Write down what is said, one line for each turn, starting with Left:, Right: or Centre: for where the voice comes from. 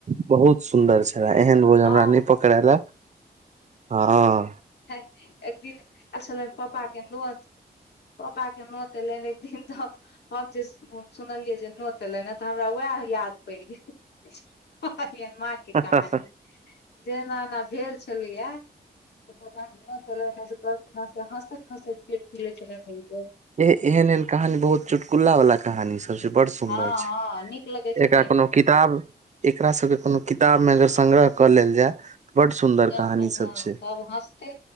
Right: बहुत सुन्दर छै। ड़ा एहन बोझ हमरा
Left: हँ
Right: ने पकड़ालय। हाँ।
Left: एक दिन आएल छलैन पपा के नोत पपाके नोत एलैन एक दिन ते हम हम जे सुनलियै जे नोत एलैन ए ते हमरा वाएह याद पैड़ गेल। <unintelligible> मा
Right: गेल
Left: के कहानी। जे एना-एना भेल छलैया। ए पापा के नोत एले ओता से कहलखिन से हसैत-हसैत पेट फुले छलैन हुनकर।
Right: एह एहन-एहन कहानी बहुत चुटकुला वाला कहानी सबसे बड़ सुननाय
Left: हँ
Right: छै,
Left: हँ नीक लगै छै
Right: एकरा
Left: तै
Right: कोनो किताब एकरा सबके कुनु किताब मे अगर संग्रह कऽ लेल जाय। बड सुंदर
Left: और सब
Right: कहानी
Left: कोई हाँ
Right: छै।
Left: सब हँसते।